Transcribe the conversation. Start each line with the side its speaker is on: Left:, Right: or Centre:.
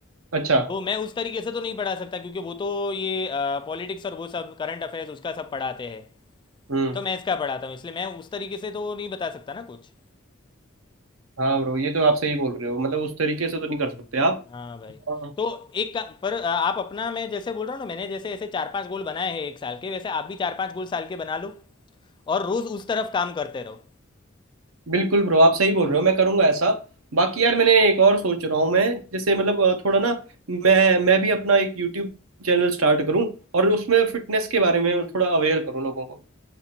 Right: अच्छा
Left: तो मैं उस तरीके से तो नहीं पढ़ा सकता क्योंकि वो तो ये पॉलिटिक्स और वो सब करंट अफेयर्स उसका सब पढ़ाते हैं
Right: हम्म
Left: तो मैं इसका पढ़ाता हूँ इसलिए मैं उस तरीके से तो नहीं बता सकता ना कुछ
Right: हाँ ब्रो ये तो आप सही बोल रहे हो मतलब उस तरीके से तो नहीं कर
Left: हम्म।
Right: सकते आप
Left: हाँ भाई
Right: हाँ,
Left: तो एक का, पर अ, आप अपना मैं जैसे बोल रहा हूँ ना मैंने जैसे ऐसे चार पांच गोल बनाए हैं एक साल के वैसे आप भी चार पांच गोल साल के बना लो और रोज उस तरफ काम करते रहो
Right: बिल्कुल ब्रो आप सही बोल रहे हो मैं करूंगा ऐसा बाकी यार मैंने एक और सोच रहा हूँ मैं जैसे मतलब अ, थोड़ा ना मैं मैं भी अपना एक यूट्यूब चैनल स्टार्ट करूँ और उसमें फिटनेस के बारे में थोड़ा अवेयर करूँ लोगों को